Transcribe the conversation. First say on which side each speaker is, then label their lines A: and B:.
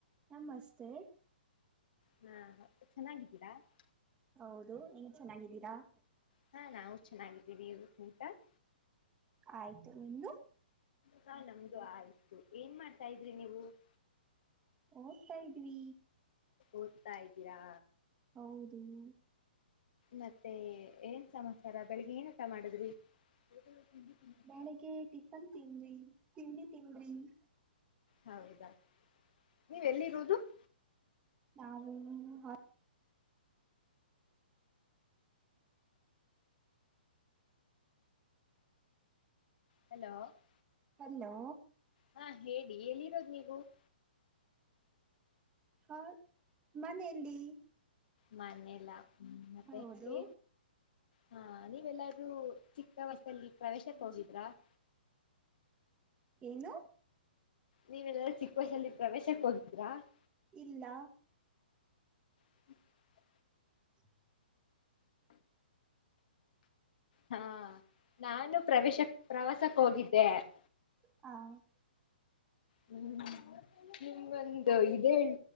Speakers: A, on the right; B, on the left.
A: ನಮಸ್ತೆ. <inaudible>
B: ಹಾ ಚೆನ್ನಾಗಿದ್ದೀರಾ? <inaudible>
A: ಹೌದು ನೀವ ಚೆನ್ನಾಗಿದ್ದೀರಾ? <inaudible>
B: ಹ ನಾವು ಚೆನ್ನಾಗಿದ್ದೀವಿ ಊಟ? <inaudible>
A: ಆಯ್ತು ನಿಮ್ದು? <inaudible>
B: ಹಾ ನಮ್ದು ಆಯ್ತು ಏನ್ ಮಾಡ್ತಾ ಇದ್ರಿ ನೀವು? <inaudible>
A: ಓದತಾ ಇದ್ದೀವಿ
B: ಓದ್ತಾ ಇದ್ದೀರಾ
A: ಹೌದು. <inaudible>
B: ಮತ್ತೆ ಏನ್ ಸಮಾಚಾರ ಬೆಳಿಗ್ಗೆ ಏನ್ ಊಟ ಮಾಡಿದ್ರಿ? <inaudible> <unintelligible>
A: ಬೆಳಿಗ್ಗೆ ಟಿಫನ್ ತಿಂದ್ದವಿ ತಿಂಡಿ ತಿಂದ್ದವಿ. <inaudible>
B: ಹೌದಾ ನೀವು ಎಲ್ಲಿರುವುದು? <inaudible>
A: ನಾವು ಹ <inaudible>
B: ಹಲೋ? <inaudible>
A: ಹಲೋ?
B: ಹಾ ಹೇಳಿ ಎಲ್ಲಿ ಇರೋದ್ ನೀವು? <inaudible>
A: ಹಾ ಮನೆ ಅಲ್ಲಿ. <inaudible>
B: ಮನೆಯಲ್ಲ ಅದಕ್ಕೆ
A: ಹೌದು
B: ಹಾ ನೀವು ಎಲ್ಲರೂ <inaudible> ಚಿಕ್ಕ ವಯತಸ್ಸಲ್ಲಿ ಪ್ರವೇಶಕ್ ಹೋಗಿದ್ರಾ? <inaudible>
A: ಏನು?
B: ನೀವೆಲ್ಲರೂ ಚಿಕ್ಕ ವಯಸಲ್ಲಿ ಪ್ರವೇಶಕ್ ಹೋಗಿದೀರಾ? <inaudible>
A: ಇಲ್ಲಾ? <inaudible>
B: <inaudible>
A: <inaudible>
B: ಹಾ ನಾನು ಪ್ರವೇಶಕ್ಕ ಪ್ರವಾಸಕ್ಕೆ ಹೋಗಿದ್ದೆ. <inaudible>
A: ಹಾ <inaudible>
B: ಹೂ ನಿಮಗ ಒಂದ್ ಇದೇ <inaudible>